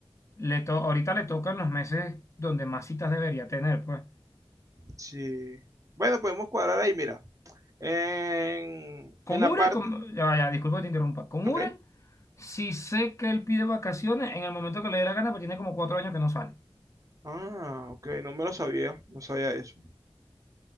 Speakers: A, on the left; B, on the right.
A: le to- ahorita le tocan los meses donde más citas debería tener, pues.
B: Sí. Bueno, podemos cuadrar ahí, mira. En,
A: Con
B: en la
A: Ure,
B: parte.
A: con, ya vaya, disculpa que te interrumpa, con
B: Ok.
A: Ure, sí sé que él pide vacaciones en el momento que le dé la gana, pero tiene como cuatro años que no sale.
B: Ah, ok, no me lo sabía, no sabía eso.